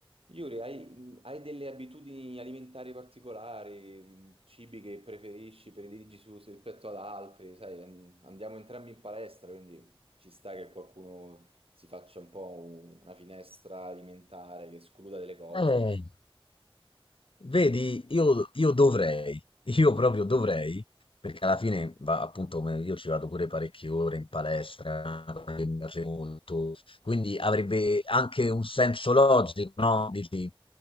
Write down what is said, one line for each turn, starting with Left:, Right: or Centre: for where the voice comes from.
Right: Yuri, hai, mh, hai delle abitudini alimentari particolari, mh, cibi che preferisci, prediligi su, se- rispetto ad altri, sai, an- andiamo entrambi in palestra, quindi ci sta che qualcuno si faccia un po' un- una finestra alimentare, che escluda delle cose.
Left: Eh, vedi, io, io dovrei, io proprio dovrei, perché alla fine, va, appunto, come io ci vado pure parecchie ore in palestra, una cosa che mi piace molto, quindi avrebbe anche un senso logico, no? Dici,